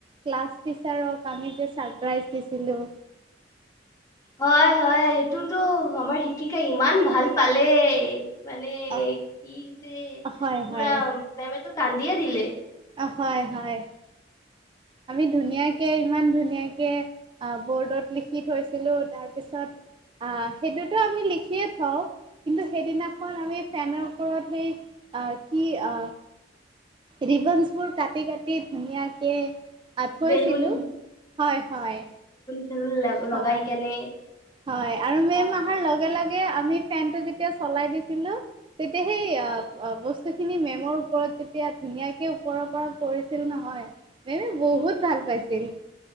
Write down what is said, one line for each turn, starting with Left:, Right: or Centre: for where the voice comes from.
Right: ক্লাছ টিচাৰক আমি যে ছাৰপ্ৰাইজ দিছিলোঁ?
Left: হয় হয়, সেইটোতো আমাৰ শিক্ষিকাই ইমান ভাল পালে, মানে
Right: অ,
Left: কি যে,
Right: হয়
Left: পুৰা,
Right: হয়
Left: মেমেতো কান্দিয়ে দিলে।
Right: অ' হয় হয়। আমি ধুনীয়াকে ইমান ধুনীয়াকে ব'ৰ্ডত লিখি থৈছিলোঁ, তাৰপিছত আ-সেইটোতো আমি লিখিয়ে থওঁ, কিন্তু সেইদিনাখন আমি ফেনৰ ওপৰত সেই আ-কি আ, ৰিবনচবোৰ কাটি কাটি ধুনীয়াকে আ-থৈছিলোঁ,
Left: বেলুন
Right: হয় হয়।
Left: বুল লগ-লগাই
Right: হয়
Left: কেনে
Right: হয়, আৰু মেম
Left: তা-
Right: অহাৰ লগে লগে আমি ফেনটো যেতিয়া চলাই দিছিলোঁ তেতিয়া সেই আ-আ বচ স্তু খিনি মেমৰ ওপৰত যেতিয়া ধুনীয়াকে ওপৰৰ পৰা পৰিছিল নহয় মেমে বহুত ভাল পাইছিল।